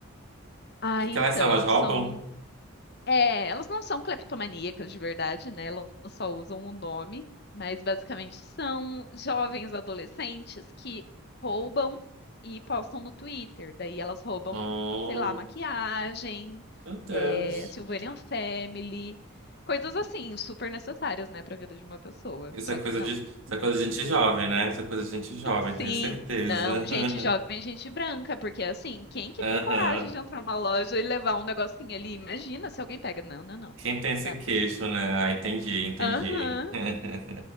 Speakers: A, on the left; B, on the right.
A: Ah,
B: que
A: então,
B: elas são? Elas roubam?
A: são. É, elas não são cleptomaníacas de verdade, né? Elas só usam o nome, mas basicamente são jovens adolescentes que roubam e postam no Twitter. Daí elas roubam,
B: Oh,
A: sei lá, maquiagem,
B: meu Deus.
A: é, Sylvanian Family, coisas assim, super necessárias, né, para a vida de uma pessoa.
B: Isso
A: Só
B: é coisa
A: que não.
B: de, isso é coisa de gente jovem, né? Isso é coisa de gente jovem,
A: Sim,
B: tenho certeza.
A: não, gente jovem,
B: <laughs>
A: gente branca, porque assim, quem que
B: Aham.
A: tem coragem de entrar numa loja e levar um negocinho ali? Imagina se alguém pega. Não, não, não,
B: Quem tem
A: não
B: esse
A: dá.
B: queixo, né? Ah, entendi, entendi.
A: Aham.
B: <laughs>